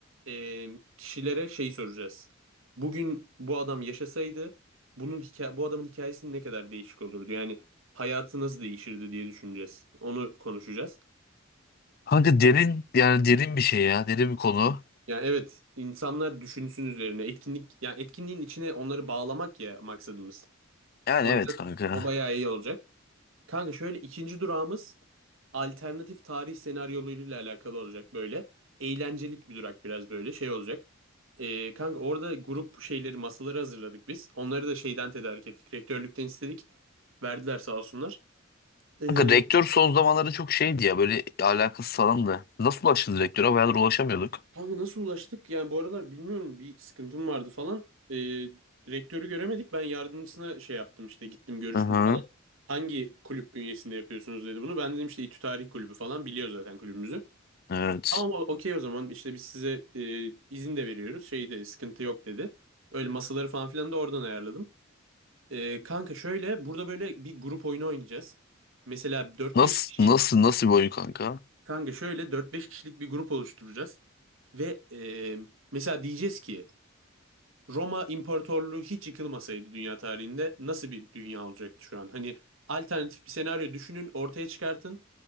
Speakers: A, on the right (about 85°); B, on the left (about 50°).
A: e, kişilere şey soracağız. Bugün bu adam yaşasaydı bunun hikaye bu adamın hikayesi ne kadar değişik olurdu? Yani hayatı nasıl değişirdi diye düşüneceğiz. Onu konuşacağız.
B: Kanka derin yani derin bir şey ya. Derin bir konu.
A: Yani evet insanlar düşünsün üzerine etkinlik yani etkinliğin içine onları bağlamak ya maksadımız.
B: Yani
A: O
B: evet
A: yüzden
B: kanka.
A: o bayağı iyi olacak. Kanka şöyle ikinci durağımız alternatif tarih senaryolarıyla alakalı olacak böyle. Eğlencelik bir durak biraz böyle şey olacak. Ee, kanka orada grup şeyleri masaları hazırladık biz. Onları da şeyden tedarik ettik. Rektörlükten istedik. Verdiler sağ olsunlar. Ee,
B: Kanka rektör son zamanlarda çok şeydi ya böyle alakasız falan da. Nasıl ulaştınız rektöre? Bayağıdır ulaşamıyorduk.
A: kanka nasıl ulaştık? Yani bu aralar bilmiyorum bir sıkıntım vardı falan. Ee, rektörü göremedik. Ben yardımcısına şey yaptım işte gittim görüştüm
B: Hı hı.
A: falan. Hangi kulüp bünyesinde yapıyorsunuz dedi bunu. Ben dedim işte İTÜ Tarih Kulübü falan biliyor zaten kulübümüzü.
B: Evet.
A: Tamam o- okey o zaman işte biz size e, izin de veriyoruz. Şey de sıkıntı yok dedi. Öyle masaları falan filan da oradan ayarladım. E, kanka şöyle burada böyle bir grup oyunu oynayacağız. Mesela dört
B: Nasıl
A: beş kişi
B: nasıl nasıl bir oyun kanka?
A: kanka şöyle dört beş kişilik bir grup oluşturacağız. Ve e, mesela diyeceğiz ki Roma İmparatorluğu hiç yıkılmasaydı dünya tarihinde nasıl bir dünya olacaktı şu an? Hani alternatif bir senaryo düşünün ortaya çıkartın.